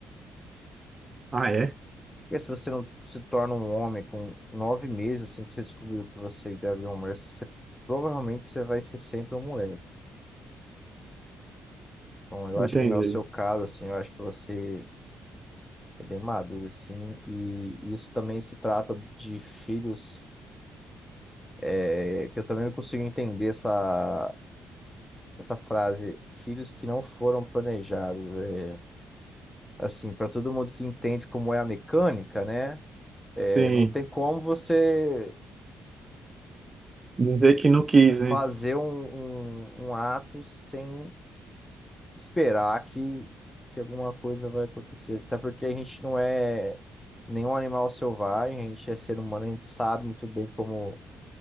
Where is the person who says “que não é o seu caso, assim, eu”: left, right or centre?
Left